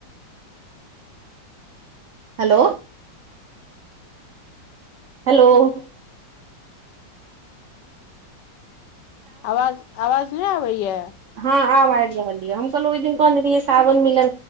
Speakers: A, on the right (about 75°); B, on the left (about 75°).
A: हेलो हेलोअ
B: आवाज आवाज नय आबैया
A: हाँ आब आयब रहल या हम कहलौं ओय दिन कहने रहियै सावन मेला